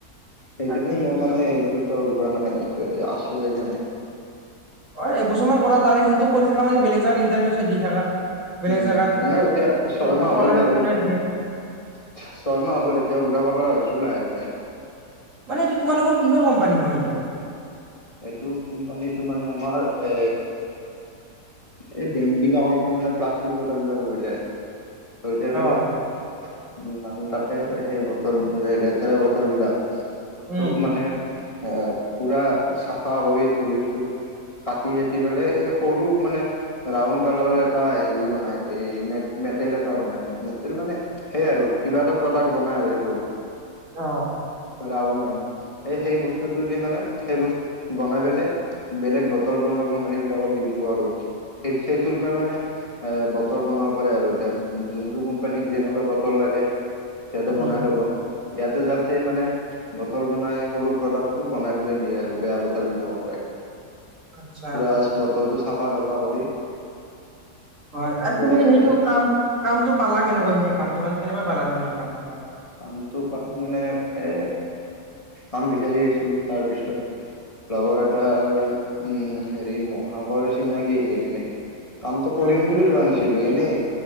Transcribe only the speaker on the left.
সেইকাৰণে
মই মানে এইটো পা ওলোৱা নাই এই আছো সেইকাৰণে।
উম,
এনে
এতিয়া
ছয়মাহ হ'ল
বাৰু
এতিয়া
ছয়মাহ হ'ল এতিয়া ওলাব পৰা হৈছে। ছো লাহে লাহে।
এইটো কোম্পানীটো মানে আমাৰ এ! এই ডেম বিলাকৰ পৰা মানে প্লাষ্টিক বটল বিলাক লৈ যায়। লই যাই পেলাই।
উ মানুহ তাতে সেই বতল লে লেতেৰা বতল বিলাক খুব
মানে আহ পূৰা চাফা কৰি ধুই চুই কাটি চাটি পেলাই এই সৰু মানে ৰাউন কালাৰৰ এটা হেৰি বনাই এই মেটেল এটা বনাই মেটেল মানে সেইয় আৰু কিবা এটা প্ৰডাক্ট বনাই আৰু সেইটো
ৰাউন ৰান এই সেই বস্তুটো দি মানে সেই বস্তু বনাই পেলাই বেলেগ বটল বনোৱা কোম্পানী বিলাকত দি দিব আৰু সেই সেইটোৰ পৰা মানে এ বটল বনাব পাৰে আৰু এতিয়া যোনটো কোম্পানীক যেনেকুৱা বটল লাগে সিহঁতে
বনাই লব ইয়াতে যা সেই মানে বটল বনাই সেই সৰু প্ৰডাক্টটো বনাই পেলে দিয়ে আৰু বেয়া বতল বিলাকৰ পৰাই
পুৰা বতলটো চাফ চাফা তফা কৰি
বঢ়িয়াকে
কামটো পালো মানে এ কাম বিচাৰি আছিলো তাৰপিছত লগৰ এটাৰ উম হেৰি মহাকৰ চিনাকি আছিল সেনেকে কামটো কৰিম
বুলি যোৱা নাছিলো এনেই